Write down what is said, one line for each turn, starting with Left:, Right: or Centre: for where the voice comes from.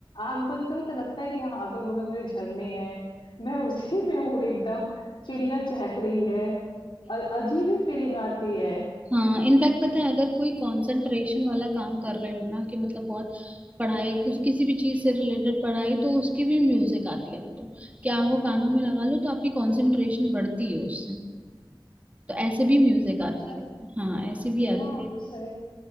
Left: आग बंद करो तो लगता है कि हाँ अगल बगल मेरे झरने हैं मैं उसी में हूँ एकदम चिड़िया चहक रही है अ- अजीब ही फीलिंग आती है
Right: हाँ इनफैक्ट पता है अगर कोई कंसंट्रेशन वाला काम कर रहे हो ना कि मतलब बहुत पढ़ाई कुछ किसी भी चीज से रिलेटेड पढ़ाई तो उसकी भी म्यूजिक आती है अब तो क्या आप वो कानों में लगा लो तो आपकी कंसंट्रेशन बढ़ती है उससे तो ऐसे भी म्यूजिक आती
Left: अच्छा
Right: है हाँ ऐसे भी आती
Left: हाँ
Right: है
Left: तो सही